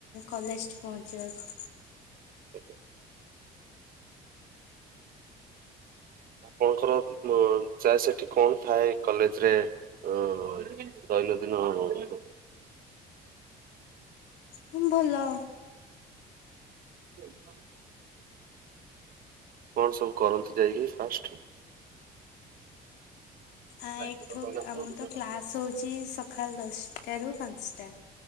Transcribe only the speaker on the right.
<unintelligible> ଆପଣଙ୍କର ଅ ଚାର୍ଜ ସେଠି କଣ ଥାଏ କଲେଜ ରେ? ଯଦି ନ <unintelligible>
ଫୋନ ଥରେ କଣ ସବୁ କରନ୍ତି ଯାଇକି ଫାଷ୍ଟ?
ଆଜ୍ଞା